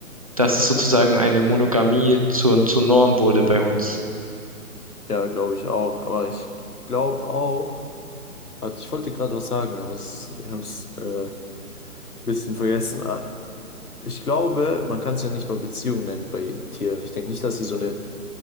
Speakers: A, on the right (about 25°); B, on the left (about 80°).
A: dass es sozusagen eine Monogamie zur, zur Norm wurde bei uns.
B: ja, glaube ich auch. Aber ich glaube auch, warte, ich wollte gerade was sagen, aber es, ich habe es äh, ein bisschen vergessen. Ah, Ich glaube, man kann es ja nicht mal Beziehung nennen bei Tieren. Ich denke nicht, dass sie so eine,